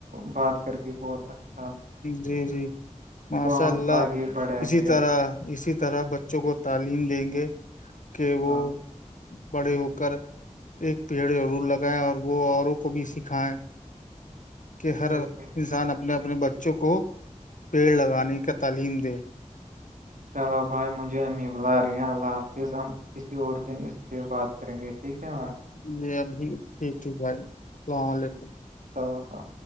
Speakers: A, on the right (about 85°); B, on the left (about 75°).
A: بات کر کے بہت ا
B: جی جی ماشاء
A: ہم
B: اللہ
A: آگے بڑھائیں
B: اسی
A: گے
B: طرح اسی طرح بچوں کو تعلیم دیں گے کہ وہ
A: ہاں
B: بڑے ہو کر ایک پیڑ ضرور لگائےیں اور وہ اوروں کو بھی سکھائے کہ ہر
A: بالکل
B: انسان اپنے اپنے بچوں کو پیڑ لگانے کا تعلیم دے
A: چلو بھائی مجھے امی بلا رہیا اللہ حافظ کسی اور دن اس پہ بات کریں گے ٹھیک ہے بھائی
B: جی ابھی ٹھیک ٹھیک بھائی اللام علیکم
A: آ أ